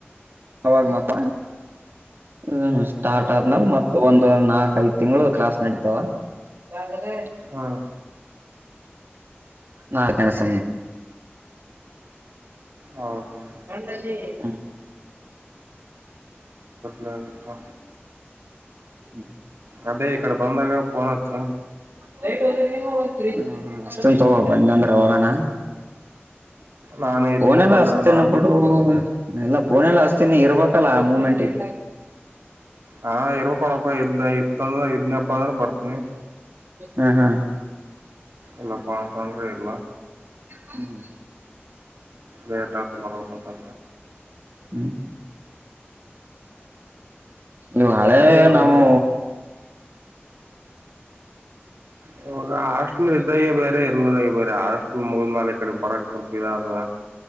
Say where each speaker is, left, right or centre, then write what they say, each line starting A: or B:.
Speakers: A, on the right; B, on the right.
A: ಅವವಾಗ ಮಾತ ಹ್ಮ್ ಸ್ಟಾರ್ಟ್ ಆದ್ಮೇಾಲ
B: ಹ್ಮ್
A: ಮತ್ತ ಒಂದು ನಾಕ್ ಐದ್ ತಿಂಗಳು ಕ್ಲಾಸ್ ನಡತಾವ ಯಾದರೆ
B: ಹಾಂ
A: ನಾಲ್ ಗಣಸ
B: ಹೌದಾ
A: ನಲ್ಲದೇ ಹ
B: ನಲ್ಪ್ಪ
A: ಹ್ಮ್
B: ಅದೇ ಇಕಡೆ ಬಂದಾಗ ಪನಚ್ಚು
A: ಹ ಹ ಅಷ್ಟನ್ ತಗ ಬಂದಂದ್ರೆ ಅವಾಗಾನ
B: ನಾನ್ ಇದ್ನಪ್ಪ
A: ನಲ್ಲ
B: ಅಂದ್ರ
A: ಅತನು
B: ನಾ
A: ಪಟ್ಟು ಎಲ್ಲ ಪಫೋನೆ ಎಲ್ಲ ಹಸ್ತೀನಿ ಇರ್ಬೇಕಲ್ಲ ಮೂಮೆಂಟ್ಗೆ
B: ಹಾ ಇರ್ಕಣಪ್ಪ ಇದ್ದ ಇತ್ತಂದ್ರ ಇದ್ನಪ್ಪ ಅಂದ್ರ ಬರ್ತನಿ
A: ಹ್ಮ ಹಾ
B: ಇಲ್ಲ ಪಣ ತಂದರಿ ಇಲ್ಲ
A: ಹ್ಮ್
B: ರೇಟ ಆಟ ಬರಂತರ
A: ಹ್ಮ್ ಇವು ಹಳೆ
B: ಹ ಇವಾಗ
A: ನವು
B: ಹ ಹಾಸ್ಟೆಲ್ ಇದಾಗ ಬೇರೆ ಇಲ್ಲದಾಗ ಬೇರೆ ಹಾಸ್ಟಲ್ ಮುಗದ ಮಾಲ ಈ ಕಡೆ ಬರಕ್ ಸ್ವಲ್ಪ ಇದಾದದ